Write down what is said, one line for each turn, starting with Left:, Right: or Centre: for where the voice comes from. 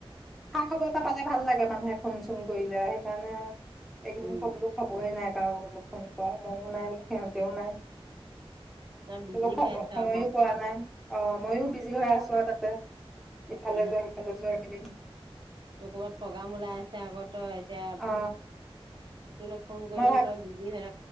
Centre: <unintelligible> কটা পালে ভাল লাগে মানুহে ফোন চোন কৰিলে সেইকাৰণে। এইকেইদিন
Right: উম
Centre: কবলো খবৰেই নাই। ল ক মও নাই বোলো সিহঁতেও নাই।
Right: তই বিজি
Centre: সময়ো
Right: হৈ আছ আকৌ
Centre: পোৱা নাই অ ময়ো বিজি হৈ আছো আও তাত। ত
Right: তাতে
Centre: ইফালে যোৱা সিফালে যোৱা এককেইদিন।
Right: ত ক'ৰবাত প্ৰগ্ৰাম ওলাই আছে আগত। তই এতিয়া
Centre: অ
Right: তোৰ লে ফোন কৰিলেও
Centre: মই ভাব
Right: তই বিজি হৈ